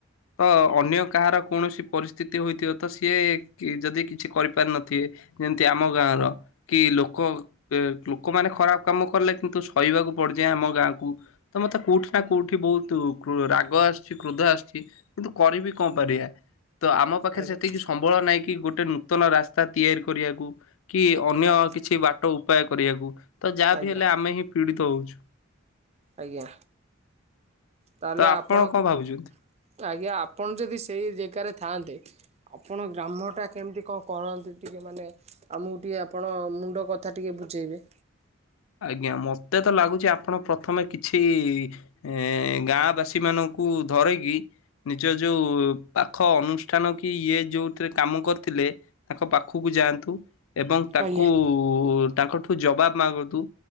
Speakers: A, on the left; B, on the right.
A: ହଁ ତ ଅନ୍ୟ କାହାର କୌଣସି ପରିସ୍ଥିତି ହୋଇଥିବ ତ ସିଏ କି ଯଦି କିଛି କରିପାରିନଥିବେ ଯେମିତି ଆମ ଗାଁର କି ଲୋକ ଏ ଲୁକମାନେ ଖରାପ କାମ କଲେ କିନ୍ତୁ ସହିବାକୁ ପଡଯାଏ ଆମ ଗାଁ କୁ। ତ ମତେ କୋଉଠି ନା କୋଉଠି ବହୁତ କୃ ରାଗ ଆସଚି କୃଦ ଆସୁଚି କିନ୍ତୁ କରିବି କଁ ପରିବା ତ ଆମ ପାଖରେ
B: ଆଜ୍ଞା
A: ସେତିକି ସମ୍ବଳ ନାଇଁ କି ଗୋଟେ ନୂତନ ରାସ୍ତା ତିଆରି କରିବାକୁ କି ଅନ୍ୟ
B: ଆଜ୍ଞା
A: କିଛି ବା ପାୟ କରିବାକୁ ତ ଯାହା
B: ଆଜ୍ଞା
A: ବିି ହେଲେ ଆମେ ହିଁ ପୀଡିତ ହଉଛୁ।
B: ଆଜ୍ଞା ତାହେଲେ
A: ତ
B: ଆପଣ
A: କଣ
B: କୁ
A: ଭାବୁଛନ୍ତି?
B: ଆଜ୍ଞା ଆପଣ ଯଦି ସେଇ ଯେଗାରେ ଥାଆନ୍ତେ ଆପଣ ଗ୍ରାମଟା କେମିତି କଁ କରନ୍ତି ଟିକେ ମାନେ ଆମକୁ ଟିଏ ଆପଣ ମୁଣ୍ଡ କ ଥା ଟିକେ ବୁଝେଇବେ।
A: ଆଜ୍ଞା ମତେ ତ ଲାଗୁଚି ଆପଣ ପ୍ରଥମେ କିଛି ଏ ଗାଁ ବାସୀ ମାନଙ୍କୁ ଧରେକି ନିଜ ଯୋଉ ପାଖ ଅନୁଷ୍ଠାନ କି ଇଏ ଯୋଉଥିରେ କାମ କରିଥିଲେ ତାଙ୍କ ପାଖକୁ ଯାଆନ୍ତୁ ଏବଂ ତାଙ୍କୁ
B: ଆଜ୍ଞା
A: ତାଙ୍କଠୁ ଜବାବ ମାଗନ୍ତୁ।